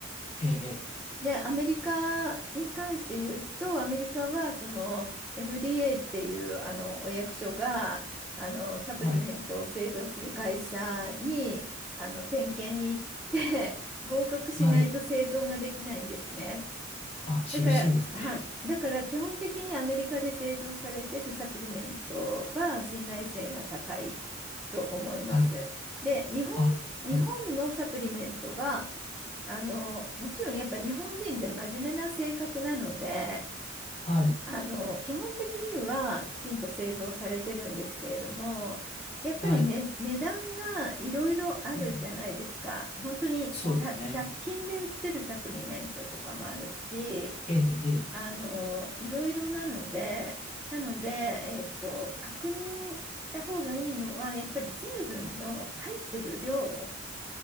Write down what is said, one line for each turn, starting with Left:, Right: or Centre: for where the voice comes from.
Left: ええ、ええ
Centre: で、アメリカに関して言うと、アメリカはその FDA っていうあのお役所があのサプリメントを製造する会社にあの点検に行って
Left: はい、
Centre: <laughs> 合格しないと製造ができないんですね。
Left: はい。あ、厳しいですね。
Centre: だから、は、だから基本的にアメリカで製造されているサプリメントは信頼性が高いと思います。
Left: はい、
Centre: で、日本、
Left: あ、
Centre: 日本のサプリメントは
Left: はい、
Centre: あの、もちろんやっぱ日本人って真面目な性格なので、
Left: はい、
Centre: あの、基本的にはきちんと製造されてるんですけれども、やっぱりね、
Left: はい。
Centre: 値段がいろいろあるじゃないですか。
Left: うん
Centre: 本当に100、
Left: そうですね。
Centre: 均で売ってるサプリメントとかもあるし、
Left: ええ、ええ。
Centre: あの、いろいろなので、なので、えっと、確認した方がいいのは、やっぱり成分の入ってる量。